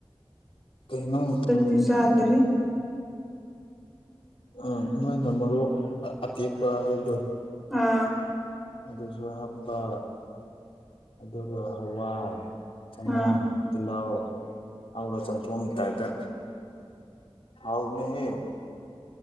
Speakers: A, on the left; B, in the centre.
A: ꯀꯩꯅꯣ
B: ꯑꯗꯨꯗꯤ
A: ꯎꯝ
B: ꯆꯥꯗ꯭ꯔꯤ
A: ꯑ ꯅꯣꯏꯅ ꯃꯣꯔꯣꯛ ꯑꯇꯦꯛꯄ ꯍꯥꯏꯕꯗꯣ
B: ꯑꯥ
A: ꯑꯗꯨꯁꯨ ꯍꯥꯞꯄ ꯑꯗꯨꯒ ꯍꯋꯥꯏ ꯆꯅꯥꯝ
B: ꯑꯥ
A: ꯇꯤꯂꯥꯎ ꯑꯒ ꯆꯝ ꯊꯣꯡꯉ ꯏꯇꯥꯏꯗ ꯍꯥꯎ ꯃꯤꯍꯦ